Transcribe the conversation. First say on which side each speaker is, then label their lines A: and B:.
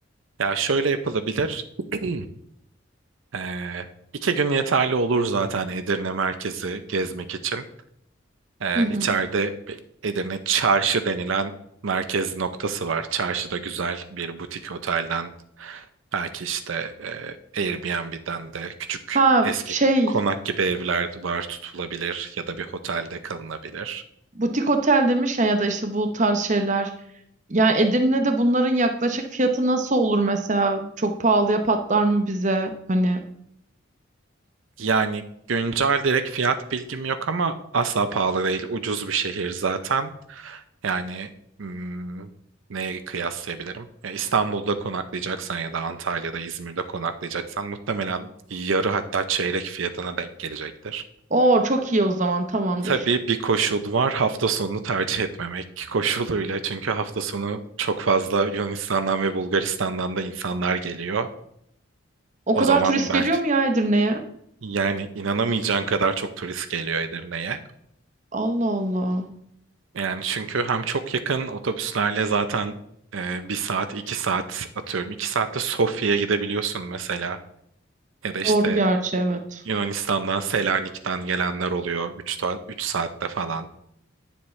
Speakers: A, on the right; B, on the right.
A: Ya şöyle yapılabilir. <clears throat> Ee, iki gün yeterli olur zaten Edirne merkezi gezmek için. Ee,
B: Hı hı.
A: içeride bir Edirne Çarşı denilen merkez noktası var. Çarşıda güzel bir butik otelden belki işte e, Airbnb'den de küçük
B: Ha
A: eski
B: şey
A: konak gibi evler var tutulabilir ya da bir otelde kalınabilir.
B: butik otel demişken ya da işte bu tarz şeyler. Yani Edirne'de bunların yaklaşık fiyatı nasıl olur mesela? Çok pahalıya patlar mı bize? Hani
A: Yani güncel direkt fiyat bilgim yok ama asla pahalı değil. Ucuz bir şehir zaten. Yani hmm, neye kıyaslayabilirim? Ya İstanbul'da konaklayacaksan ya da Antalya'da, İzmir'de konaklayacaksan muhtemelen yarı hatta çeyrek fiyatına denk gelecektir.
B: o çok iyi o zaman tamamdır.
A: Tabii bir koşul var hafta sonunu tercih etmemek koşuluyla. Çünkü hafta sonu çok fazla Yunanistan'dan ve Bulgaristan'dan da insanlar geliyor.
B: O
A: O
B: kadar
A: zaman
B: turist
A: belki
B: geliyor mu ya Edirne'ye?
A: yani inanamayacağın kadar çok turist geliyor Edirne'ye.
B: Allah Allah.
A: Yani çünkü hem çok yakın otobüslerle zaten e, bir saat, iki saat atıyorum. iki saatte Sofya'ya gidebiliyorsun mesela. Ya da işte
B: Doğru gerçi evet.
A: Yunanistan'dan, Selanik'ten gelenler oluyor. Üç, ta- üç saatte falan.